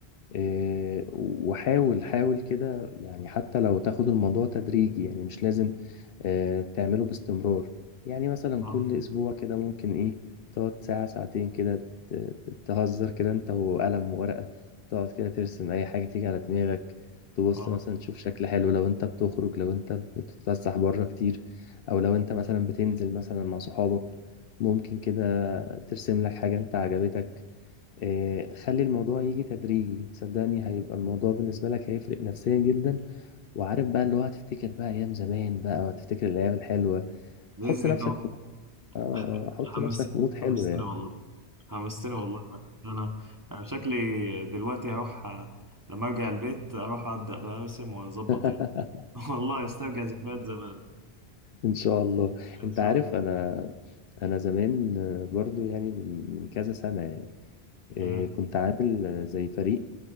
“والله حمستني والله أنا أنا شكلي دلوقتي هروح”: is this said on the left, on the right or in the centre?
Right